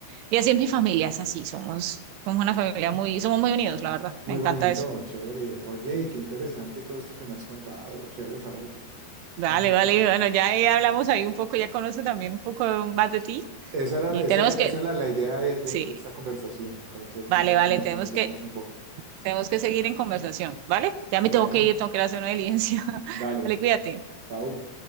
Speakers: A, on the right (about 85°); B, on the right (about 65°).
A: Y así es mi familia, es así, somos, somos una familia muy, somos muy unidos, la verdad,
B: Muy
A: me encanta
B: bonito,
A: eso.
B: chévere. Oye, y qué interesante todo esto que me has contado. Chévere saberlo.
A: Vale,
B: Muy
A: vale,
B: chévere.
A: bueno, ya ahí hablamos ahí un poco, ya conozco también un poco más de ti
B: Esa era,
A: y
B: esa
A: tenemos
B: era, esa
A: que,
B: era la idea de, de
A: sí,
B: de esta conversación, conocerte
A: vale,
B: un poco,
A: vale,
B: que nos
A: tenemos
B: conociéramos
A: que,
B: un poco.
A: tenemos que seguir en conversación, ¿vale? Ya
B: Bueno,
A: me tengo que ir, tengo que ir a hacer una diligencia. <laughs>
B: dale,
A: Vale, cuídate.
B: chao.